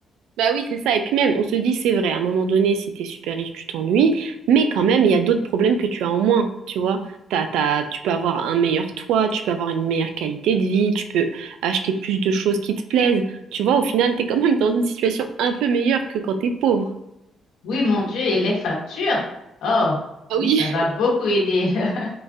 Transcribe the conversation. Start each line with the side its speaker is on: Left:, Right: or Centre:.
Right: Bah oui, c'est ça. Et puis même, on se dit, c'est vrai, à un moment donné, si t'es super riche, tu t'ennuies, mais quand même, il y a d'autres problèmes que tu as en moins, tu vois. T'as, t'as- tu peux avoir un meilleur toit, tu peux avoir une meilleure qualité de vie, tu peux acheter plus de choses qui te plaisent. Tu vois, au final, t'es quand même dans une situation un peu meilleure que quand t'es pauvre.
Left: Oui, mon Dieu, et les factures. Oh,
Right: Ah
Left: oui,
Right: oui,
Left: ça va beaucoup aider. <laughs>